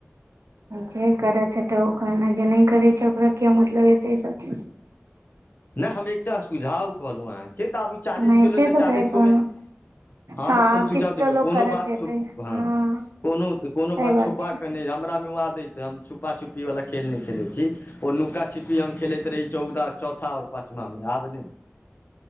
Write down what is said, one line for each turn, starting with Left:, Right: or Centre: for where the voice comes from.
Right: जे करैत हेतै ओकरा न, जे नै करै छै ओकरा किए मतलब हेतै ई सभ चीज सं?
Left: नै हम एकटा सुझाव कहलौं अहाँके त आब चालीस
Right: नहि
Left: गेलौं
Right: से
Left: त
Right: तऽ
Left: चालीस
Right: सही कहलौं
Left: गो मे हम
Right: हँ
Left: अपन सुझाव,
Right: किछ
Left: देखियौ
Right: तऽ लोक
Left: कोनो
Right: करत
Left: बात
Right: हेतै
Left: चूप हं
Right: हँ
Left: कोनो त कोनो
Right: सही
Left: बात छुपाके
Right: छै
Left: नै हमरा मे ओ आदति से हम छुपा छुपी बला खेल नै खेलै छी। ओ नुका छीपी हम खेलैत रही चौदा था आओर पाचमांमे आब नै